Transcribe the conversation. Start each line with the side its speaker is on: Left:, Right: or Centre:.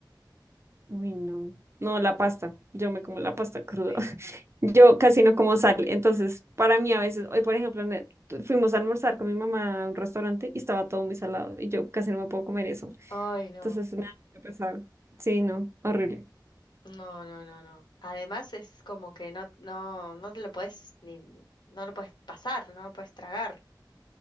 Right: Uy, no. No, la pasta. Yo me como la pasta cruda.
Left: Sí.
Right: <laughs> Yo casi no como sal. Entonces, para mí a veces, hoy por ejemplo, en el- tu- fuimos a almorzar con mi mamá a un restaurante y estaba todo muy salado y yo casi no me puedo comer eso.
Left: Ay, no.
Right: Entonces, me da mucho pesar. Sí, no, horrible.
Left: No, no, no, no. Además es como que no, no, no te lo puedes ni, no lo puedes pasar, no lo puedes tragar.